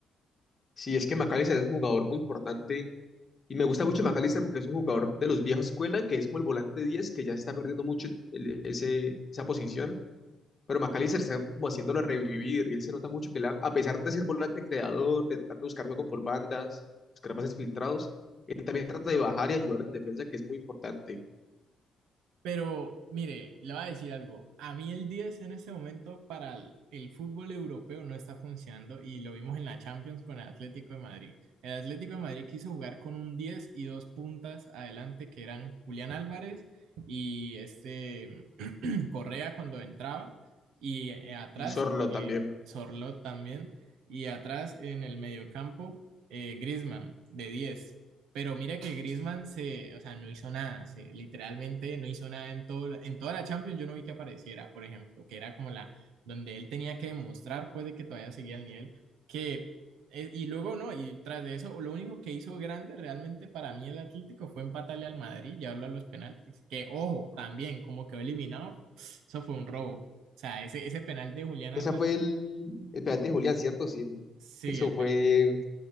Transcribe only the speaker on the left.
Sí, es que McAllister es un jugador muy importante y me gusta mucho McAllister porque es un jugador de los viejos escuela, que es como el volante diez que ya se está perdiendo mucho el- ese, esa posición, pero McAllister está como haciéndolo revivir y él se nota mucho que él, a a pesar de ser volante creador, de tratar de buscar juego por bandas, buscar pases filtrados, él también trata de bajar y ayudar en defensa, que es muy importante.
Y Sorlo
también.
Esa
fue el, el penalti de Julián, ¿cierto? Sí.
Eso
fue